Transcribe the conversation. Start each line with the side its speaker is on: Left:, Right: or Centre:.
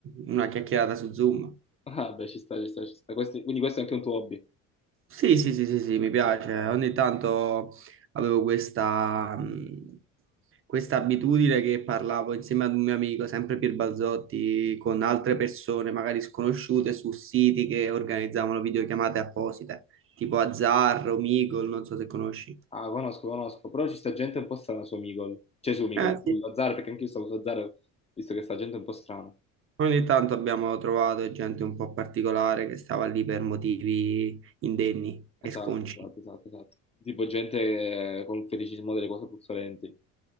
Right: una chiacchierata su Zoom.
Left: Ah, beh, ci sta, ci sta, ci sta. Questi- quindi questo è anche un tuo hobby.
Right: Sì, sì, sì, sì, sì, mi piace. Ogni tanto avevo questa, mh, questa abitudine che parlavo insieme ad un mio amico, sempre Pier Balzotti, con altre persone, magari sconosciute, su siti che organizzavano videochiamate apposite, tipo Azzarro, Meagle, non so se conosci.
Left: Ah, conosco, conosco. Però ci sta gente un po' strana su Micol. Cioè su Micol,
Right: Eh
Left: su
Right: sì.
Left: Azzaro, perché anch'io stavo su Azzaro, visto che sta gente un po' strana.
Right: Ogni tanto abbiamo trovato gente un po' particolare che stava lì per motivi indenni e
Left: Esatto,
Right: sconci.
Left: esatto, esatto, esatto. Tipo gente eh, con un feticismo delle cose puzzolenti.